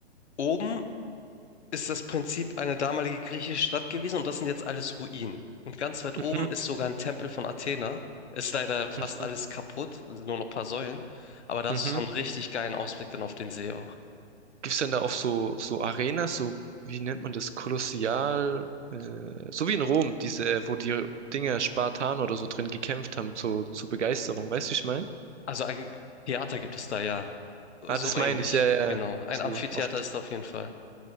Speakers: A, on the left (about 75°); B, on the right (about 85°).
A: oben ist das Prinzip eine damalige griechische Stadt gewesen und das sind jetzt alles Ruinen. Und ganz weit
B: Mhm.
A: oben ist sogar ein Tempel von Athena. Ist leider fast
B: Mhm.
A: alles kaputt, sind nur noch ein paar Säulen. Aber da
B: Mhm.
A: hast du so einen richtig geilen Ausblick dann auf den See auch.
B: Gibt's denn da auch so, so Arenas, so, wie nennt man das, Kolossial, äh, so wie in Rom, diese, wo die Dinger Spartaner oder so drin gekämpft haben, zur, zur Begeisterung, weißt du, wie ich meine?
A: Also ein Theater gibt es da ja. So
B: Ah, das
A: ähnlich.
B: meine ich, ja, ja,
A: Genau.
B: ja.
A: Ein
B: so,
A: Amphitheater
B: auf, die-
A: ist da auf jeden Fall.